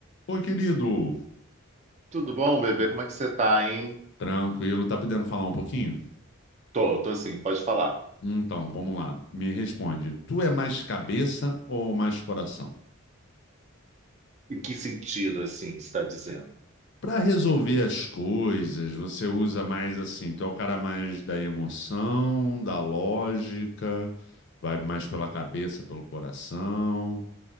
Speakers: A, on the left; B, on the right.
A: Oi, querido.
B: Tudo bom, bebê? Como é que você tá, hein?
A: Tranquilo, tá podendo falar um pouquinho?
B: Tô, tô assim, pode falar.
A: Então, vamos lá. Me responde. Tu é mais cabeça ou mais coração?
B: Em que sentido, assim, você está dizendo?
A: Pra resolver as coisas, você usa
B: Hum.
A: mais assim, tu é o cara mais da emoção, da lógica, vai mais pela cabeça, pelo coração.